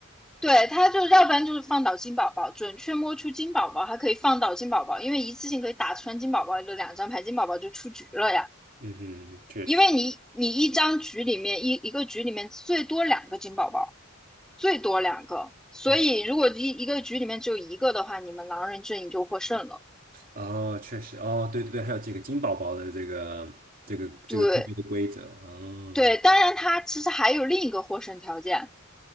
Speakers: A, in the centre; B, on the right (about 45°).
A: 对，他就要不然就是放倒金宝宝，准确摸出金宝宝，还可以放倒金宝宝，因为一次性可以打穿金宝宝的两张牌，金宝宝就出局了呀。
B: 嗯哼，确实，
A: 因为你你一张局里面一一个局里面最多两个金宝宝，最多两个，所以如果一一个局里面只有一个的话，
B: 嗯。
A: 你们狼人阵营就获胜了。
B: 哦，确实，哦，对对对，还有这个金宝宝的这个这个这个特别的规则，
A: 对
B: 哦，
A: 对，当然他其实还有另一个获胜条件，